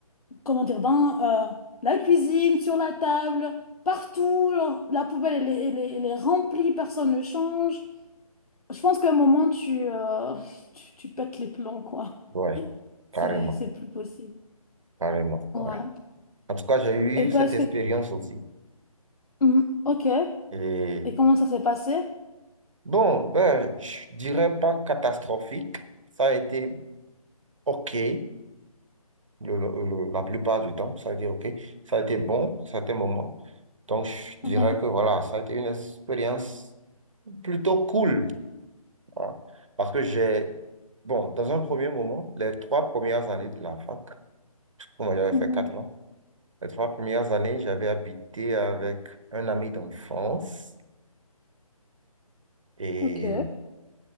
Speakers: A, on the left; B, on the right.
A: comment dire, dans euh, la cuisine, sur la table, partout. Leur- la poubelle elle, est elle est- elle est remplie, personne ne change. Je pense qu'à un moment tu, euh, <laughs> tu, tu pètes les plombs quoi.
B: <laughs> ouais, carrément,
A: C'est, c'est plus possible.
B: carrément,
A: Ouais.
B: ouais. En tout cas, j'ai eu
A: Et toi,
B: cette
A: est-ce
B: expérience
A: que...
B: aussi.
A: Mhm. ok.
B: Et
A: Et comment ça s'est passé?
B: bon, ben, je dirais pas catastrophique. Ça a été OK, le- le- le- la plupart du temps. Ça veut dire, OK, ça a été bon à certains moments. Donc, je dirais
A: Mhm.
B: que voilà, ça a été une expérience plutôt cool. hein. parce que j'ai, bon, dans un premier moment, les trois premières années de la fac, parce que moi, j'avais
A: Mhm.
B: fait quatre ans, les trois premières années, j'avais habité avec un ami d'enfance et
A: Ok.